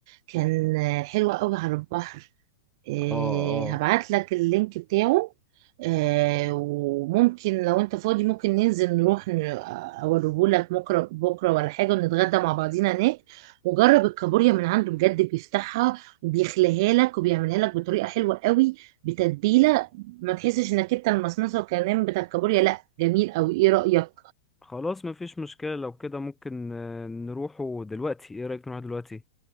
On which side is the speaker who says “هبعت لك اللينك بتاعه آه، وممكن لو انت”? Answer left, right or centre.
Right